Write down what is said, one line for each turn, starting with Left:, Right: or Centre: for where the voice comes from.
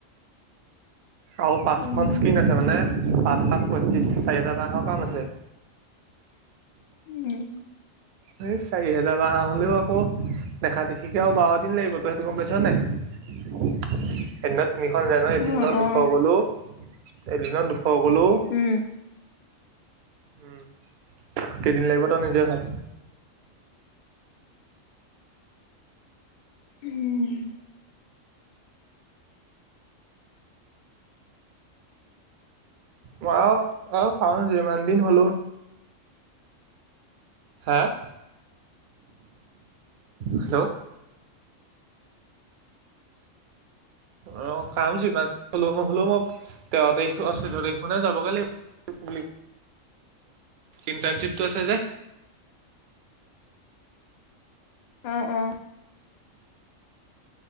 Right: আৰু পাঁচখন
Left: উম
Right: স্কিন আছে, মানে পাঁচ শাত পয়ত্ৰিশ চাৰি হাজাৰ টকা কাম আছে।
Left: উম',।
Right: হেই চাৰি হোজাৰ বাহ হ'লেও আকৌ দেখা দেখিকে আৰু বাৰ দিন লাগিব, তই সেইটো গম পাইছ নাই? এদিনত তিনিখন যায় ন'? এদিনত
Left: অ অ
Right: দুশ গ'লোঁ, এদিনত দুশ গ'লোঁ
Left: উম',।
Right: উম', কেইদিন লাগিব তই নিজে ভাব।
Left: উম
Right: মই আহ, যিমান দিন হলেওঁ হা', হেল্ল'। অ', কাম যিমান হলেওঁ নহলেওঁ মই তেৰ তাৰিখ, চৈধ্য তাৰিখ মানে যাবগৈ লাগিব। ইণ্টাৰ্ণশ্বিপটো আছে যে।
Left: উম', উম',।